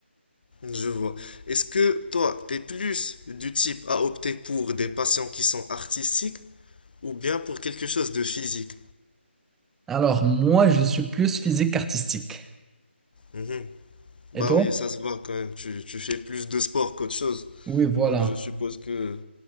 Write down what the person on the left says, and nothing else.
Je vois. Est-ce que toi, t'es plus du type à opter pour des passions qui sont artistiques ou bien pour quelque chose de physique?
Mhm. Bah
oui, ça se voit quand même. Tu, tu fais plus de sport qu'autre chose.
Donc je suppose que...